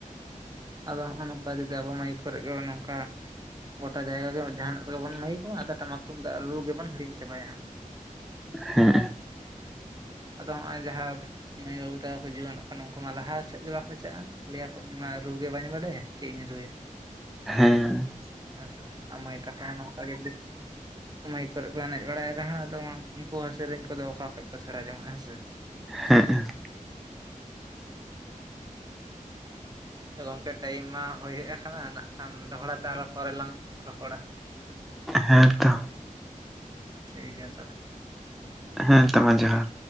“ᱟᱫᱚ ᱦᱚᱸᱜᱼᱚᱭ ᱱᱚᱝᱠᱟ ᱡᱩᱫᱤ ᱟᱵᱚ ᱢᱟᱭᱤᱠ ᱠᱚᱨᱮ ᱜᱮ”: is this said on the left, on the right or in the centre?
Right